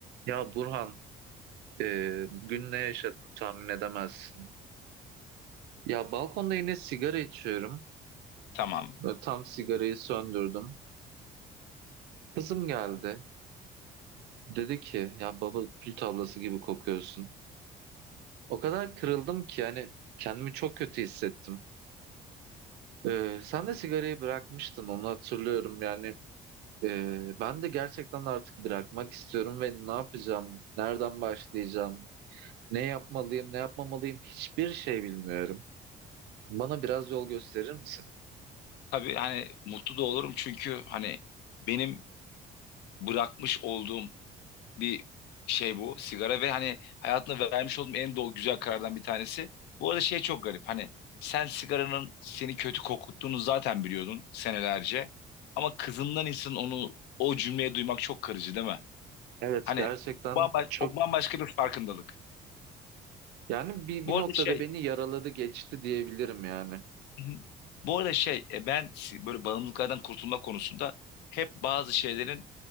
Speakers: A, on the right; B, on the left.
A: Ya Burhan, e, bugün ne yaşadım tahmin edemezsin. Ya balkonda yine sigara içiyorum.
B: Tamam.
A: Böyle tam sigarayı söndürdüm. Kızım geldi. Dedi ki ya baba kül tablası gibi kokuyorsun. O kadar kırıldım ki yani kendimi çok kötü hissettim. E, sen de sigarayı bırakmıştın onu hatırlıyorum. Yani e, ben de gerçekten artık bırakmak istiyorum ve ne yapacağım, nereden başlayacağım, ne yapmalıyım, ne yapmamalıyım hiçbir şey bilmiyorum. Bana biraz yol gösterir misin?
B: Tabii hani mutlu da olurum çünkü hani benim bırakmış olduğum bir şey bu sigara ve hani hayatımda vermiş olduğum en doğru güzel karardan bir tanesi. Bu arada şey çok garip hani sen sigaranın seni kötü kokuttuğunu zaten biliyordun senelerce. Ama kızından insan onu o cümleyi duymak çok kırıcı değil mi?
A: Evet
B: Hani
A: gerçekten
B: bamba
A: çok
B: o bambaşka bir farkındalık.
A: yani bir,
B: Bu
A: bir
B: arada
A: noktada
B: şey
A: beni yaraladı geçti diyebilirim yani.
B: Hı hı. bu arada şey e, ben si- böyle bağımlılıklardan kurtulma konusunda hep bazı şeylerin